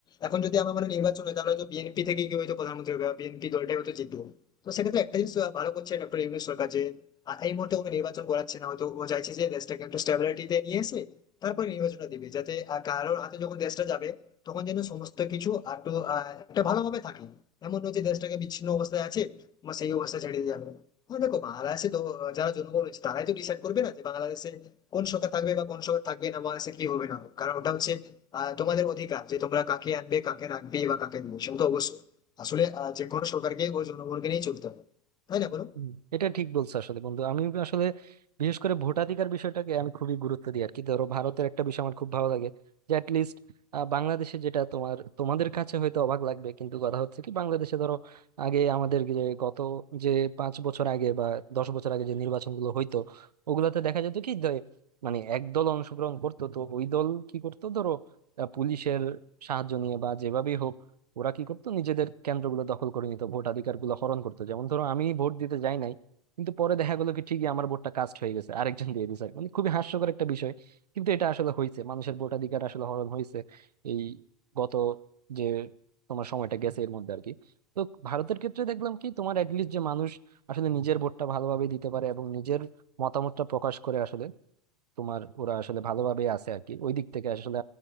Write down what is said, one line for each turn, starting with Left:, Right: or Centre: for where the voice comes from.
Left: এখন যদি আমার মানে নির্বাচন হয় তাহলে হয়তো বিএনপি থেকে কেউ হয়তো প্রধানমন্ত্রী হবে বা বিএনপি দলটাই হয়তো জিতবো তো সেক্ষেত্রে একটা জিনিস আহ, ভালো করছে ডক্টর ইউনূস সরকার যে আহ, এই মুহূর্তে কোনো নির্বাচন করাচ্ছে না হয়তো ও চাইছে যে দেশটাকে একটু স্টেবিলিটিতে নিয়ে এসে তারপরে নির্বাচনটা দিবে যাতে আহ, কারোর হাতে যখন দেশটা যাবে তখন যেন সমস্ত কিছু আর একটু আহ, একটা ভালোভাবে থাকে এমন নয় যে দেশটাকে বিচ্ছিন্ন অবস্থায় আছে বা সেই অবস্থা ছেড়ে দিয়ে যাবে হ্যাঁ দেখো বাংলাদেশে তো যারা জনগণ রয়েছে তারাই তো ডিসাইড করবে না যে বাংলাদেশে কোন সরকার থাকবে বা কোন সরকার থাকবে না বাংলাদেশে কি হবে না হবে। কারণ ওটা হচ্ছে আহ, তোমাদের অধিকার যে তোমরা কাকে আনবে কাকে রাখবে বা কাকে নেবে সেটা তো অবশ্যই আসলে আহ, যে কোনো সরকারকে ওই জনগণকে নিয়ে চলতে হবে তাই না বলো
Right: হুম, এটা ঠিক বলছো আসলে বন্ধু আমি আসলে বিশেষ করে ভোটাধিকার বিষয়টাকে আমি খুবই গুরুত্ব দিই আর কি ধরো ভারতের একটা বিষয় আমার খুব ভালো লাগে যে অ্যাটলিস্ট বাংলাদেশে যেটা তোমার তোমাদের কাছে হয়তো অবাক লাগবে কিন্তু কথা হচ্ছে কি বাংলাদেশে ধরো আগে আমাদের যে গত যে পাঁচ বছর আগে বা দশ বছর আগে যে নির্বাচনগুলো হইতো ওগুলাতে দেখা যেত কি যে, মানে এক দল অংশগ্রহণ করতো তো ওই দল কি করতো ধরো আহ, পুলিশের সাহায্য নিয়ে বা যেভাবেই হোক ওরা কি করতো নিজেদের কেন্দ্রগুলো দখল করে নিত ভোটাধিকার গুলো হরণ করতো যেমন ধরো আমি ভোট দিতে যাই নাই কিন্তু পরে দেখা গেলো কি ঠিকই আমার ভোটটা কাস্ট হয়ে গেছে আরেকজন দিয়ে দিছে মানে খুবই হাস্যকর একটা বিষয় কিন্তু এটা আসলে হয়েছে মানুষের ভোটাধিকার আসলে হরণ হয়েছে এই গত যে তোমার সময়টা গেছে এর মধ্যে আর কি তো ভারতের ক্ষেত্রে দেখলাম কি তোমার অ্যাটলিস্ট যে মানুষ আসলে নিজের ভোটটা ভালোভাবে দিতে পারে এবং নিজের মতামতটা প্রকাশ করে আসলে তোমার ওরা আসলে ভালোভাবে আছে আর কি ওই দিক থেকে আসলে